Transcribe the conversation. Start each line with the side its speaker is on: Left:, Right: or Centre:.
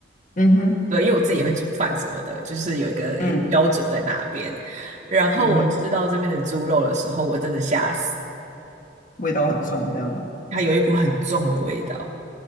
Left: 嗯哼，
Right: 对，因为我自己也会煮饭什么的，就是有一个有一个标准在那边。
Left: 嗯
Right: 然后我吃到这边的猪肉的时候，
Left: 嗯哼，
Right: 我真的吓死，
Left: 味道很重，这样吗？
Right: 它有一股很重的味道。